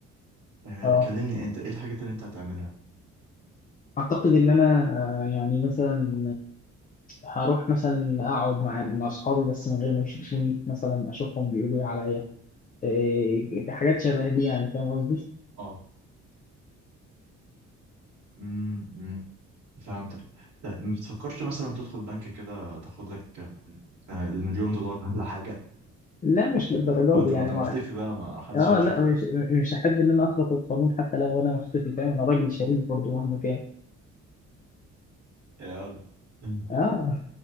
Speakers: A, on the right; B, on the left.
A: آه،
B: أه
A: كلمني انت ايه الحاجات اللي انت هتعملها
B: أعتقد إن أنا آه، يعني مثلا آه، هروح مثلا أقعد مع مع أصحابي بس من غير ما يشوفوني مثلا أشوفهم بيقولوا إيه عليا إيه، حاجات شبه دي يعني فاهم قصدي؟
A: اه امم أمم، فهمتك لا ما بتفكرش مثلا تدخل بنك كده تاخد لك آه، المليون دولار <laughs> ولا حاجه
B: لا مش للدرجه
A: او انت
B: دي يعني
A: ما انت مختفي
B: مع...
A: بقى ما حدش
B: اه
A: هيشوف
B: لا مش مش هحب ان انا اخرق القانون حتى لو انا مخطئتي فاهم انا راجل شريف برضه مهما كان
A: يا ولد <laughs>
B: اه